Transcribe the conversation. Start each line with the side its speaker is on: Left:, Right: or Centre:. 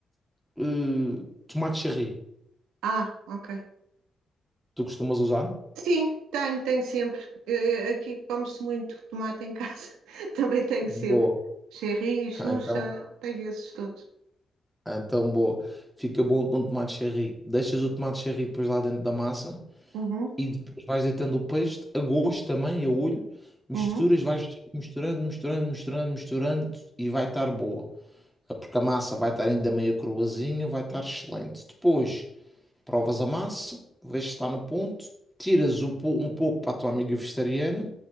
Centre: eh, tomate cherry.
Right: Ah, ok.
Centre: Tu costumas usar?
Right: Sim, tenho, tenho sempre. Eh, eh, Aqui come-se muito tomate em casa. <laughs> Também tenho
Centre: Boa.
Right: sempre. Cherry, Xuxa,
Centre: <laughs> Então,
Right: tenho esses todos.
Centre: Ah, Então, boa. Fica bom com tomate cherry. Deixas o tomate cherry depois lá dentro da massa
Right: Uhum,
Centre: e depois vais deitando o peixe a gosto também, a olho. Misturas,
Right: uhum,
Centre: vais misturando, misturando, misturando, misturando e vai estar boa. Ah, Porque a massa vai estar ainda meio cruazinha, vai estar excelente. Depois, provas a massa, vês se está no ponto, tiras o po- um pouco para a tua amiga vegetariana